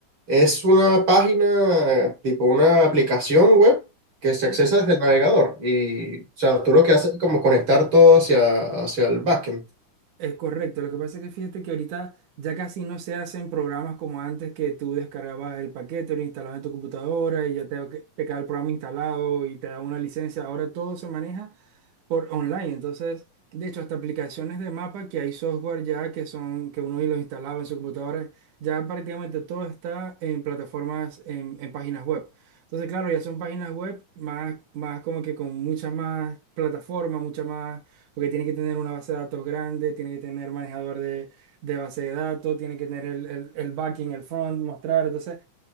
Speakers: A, on the right; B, on the right.
A: ¿es una página, tipo una aplicación web que se accesa
B: Sí.
A: desde el navegador? Y, o sea, tú lo que haces es como conectar todo hacia, hacia el backend.
B: Es correcto, lo que pasa es que fíjate que ahorita ya casi no se hacen programas como antes que tú descargabas el paquete, lo instalabas en tu computadora y ya te, te quedaba el programa instalado y te daba una licencia. Ahora todo se maneja por online. Entonces, de hecho, hasta aplicaciones de mapa que hay software ya que son, que uno los instalaba en su computadora, ya prácticamente todo está en plataformas, en, en páginas web. Entonces, claro, ya son páginas web más, más como que con muchas más plataformas, mucha más, porque tiene que tener una base de datos grande, tiene que tener manejador de, de base de datos, tiene que tener el, el, el backing, el front, mostrar. Entonces,